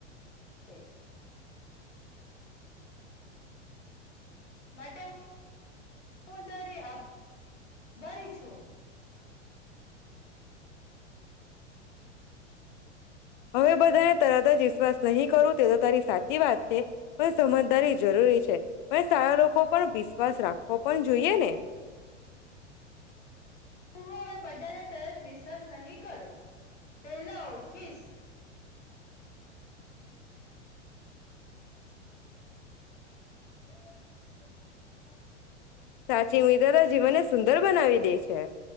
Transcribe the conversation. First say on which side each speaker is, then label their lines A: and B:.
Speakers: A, on the left; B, on the left.
A: તે. માટે હું તારી આ ભારી છું.
B: હવે બધાને તરત જ વિશ્વાસ નહીં કરો તે તો તારી સાચી વાત છે, પણ સમજદારી જરૂરી છે. પણ સારા લોકો પર વિશ્વાસ રાખવો પણ જોઈએ ને.
A: હું હવે બધાને તરત વિશ્વાસ નહીં કરો, પેલા ઓળખીશ. <inaudible>
B: સાચી મિત્રતા જીવનને સુંદર બનાવી દે છે.